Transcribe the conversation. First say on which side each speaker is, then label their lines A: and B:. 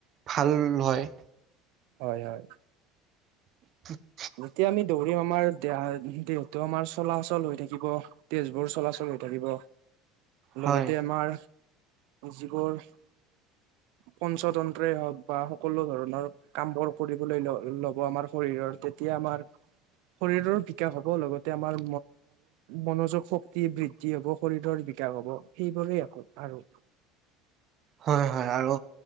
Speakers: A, on the right; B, on the right.
A: ভাল হয়।
B: হয় হয়।
A: <inaudible>
B: যেতিয়া আমি দৌৰিম আমাৰ দেহা দেহটো আমাৰ চলাচল হৈ থাকিব তেজবোৰ চলাচল হৈ থাকিব লগতে
A: হয়
B: আমাৰ যিবোৰ- হয়। পঞ্চতন্ত্ৰই, হওক বা সকলো ধৰণৰ কামবোৰ কৰিবলৈ ল'ব আমাৰ শৰীৰৰ, - এতিয়া আমাৰ- শৰীৰৰ বিকাশ হব লগতে আমাৰ মনোযোগ শক্তি বৃদ্ধি হব শৰীৰৰ, হ'ব সেইবোৰেই আকৌ আৰু
A: হয় হয়। আৰু